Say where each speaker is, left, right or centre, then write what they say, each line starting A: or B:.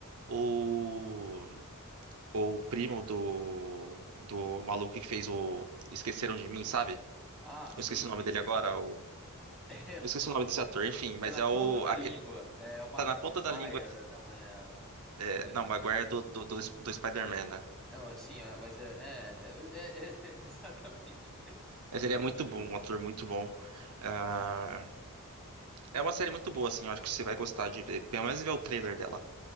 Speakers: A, on the right; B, in the centre.
A: ou, ou o primo do, do maluco que fez o Esqueceram de Mim, sabe?
B: Ah, sim,
A: Eu esqueci o
B: sim.
A: nome dele agora,
B: <laughs> É,
A: eu esqueci o nome desse ator, enfim, mas
B: tá na
A: é
B: ponta
A: o.
B: da
A: aque-
B: língua. É uma,
A: tá na
B: uma
A: ponta
B: guaia,
A: da língua aqui.
B: não é, ah,
A: É,
B: é,
A: não, Maguire
B: é- é-
A: é do, do, do, do Spider-Man, né?
B: não, assim, ah, mas é, é, é- é- é- <laughs> exatamente.
A: Mas ele é muito bom, um ator muito bom. Ah, é uma série muito boa, assim, eu acho que você vai gostar de ver. Pelo menos ver o trailer dela.